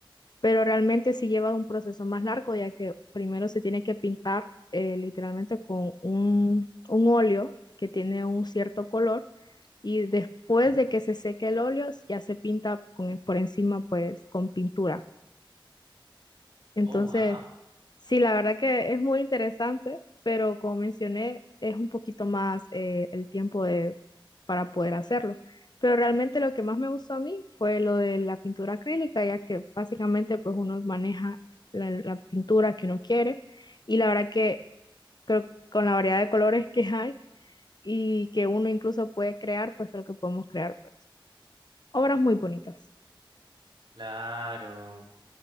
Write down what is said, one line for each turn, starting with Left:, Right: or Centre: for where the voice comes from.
Left: pero realmente sí lleva un proceso más largo ya que primero se tiene que pintar eh, literalmente con un, un óleo que tiene un cierto color y después de que se seque el óleo ya se pinta con, por encima pues con pintura. Entonces,
Right: oh, wow.
Left: sí, la verdad que es muy interesante, pero como mencioné, es un poquito más eh, el tiempo de, para poder hacerlo. Pero realmente lo que más me gustó a mí fue lo de la pintura acrílica, ya que básicamente pues uno maneja la, la pintura que uno quiere y la verdad que creo que con la variedad de colores que hay y que uno incluso puede crear, pues creo que podemos crear pues obras muy bonitas.
Right: Claro.